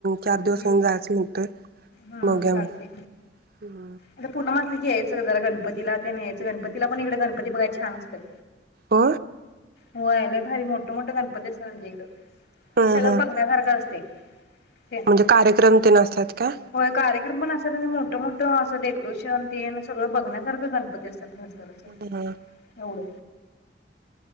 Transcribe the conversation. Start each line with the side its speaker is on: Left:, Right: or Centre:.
Right: चार दिवस
Left: येऊन
Right: जायचं म्हणतोय
Left: हम्म
Right: बघूया
Left: चालतंय
Right: मग हम
Left: आता पूनम यायचं ग जरा गणपतीला ते न्यायचं गणपतीला पण इकडे गणपती बघयला छान असत्यात
Right: आ
Left: होय लाय भारी मोठे मोठे गणपती असतात म्हणजे इकडं
Right: हं
Left: सगळं
Right: हं
Left: बघण्यासारखं असते <unintelligible>
Right: म्हणजे कार्यक्रम तेन असतात का
Left: हो कार्यक्रम पण असत्या आणि मोठ-मोठ आस ते डेकोरेशन तेन सगळं बघण्यासारखं गणपती असतात. नाश करायचा
Right: हं
Left: एवढ